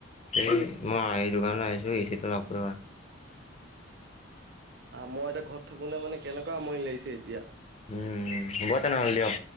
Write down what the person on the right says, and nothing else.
মই এতিয়া ঘৰত থাকো নে মানে কেনেকুৱা আমনি লাগিছে এতিয়া